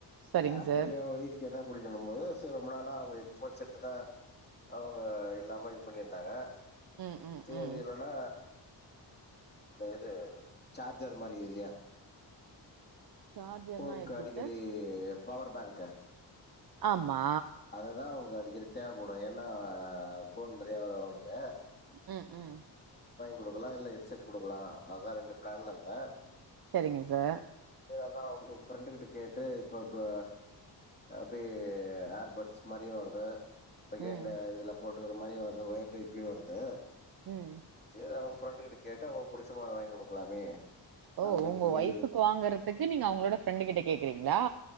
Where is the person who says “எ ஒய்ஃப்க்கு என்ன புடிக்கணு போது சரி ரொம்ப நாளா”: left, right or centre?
Left